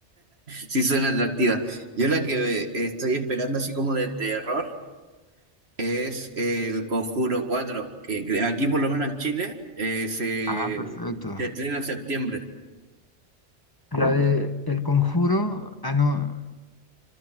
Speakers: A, on the right; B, on the left.
A: sí suena atractiva. Yo la que eh, estoy esperando así como de terror. Es el Conjuro cuatro que cre- aquí por lo menos en Chile eh, se,
B: Ah, perfecto.
A: se estrena en septiembre.
B: La de El Conjuro, ah, no,